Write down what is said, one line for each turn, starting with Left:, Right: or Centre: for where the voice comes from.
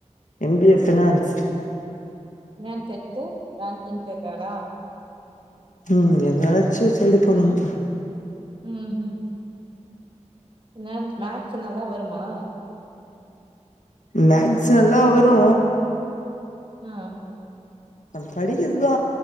Left: M B A finance
Right: finance எடுத்து பேங்கிங் செட்டாரா
Left: ம் எதாச்சு சைடு பண்ணனு
Right: ம் ஹம் பினான் மேக்ஸ்ஸு நல்லா வருமா
Left: மேக்ஸ் நல்லா வரு
Right: அ
Left: ந படிக்கிறதுதா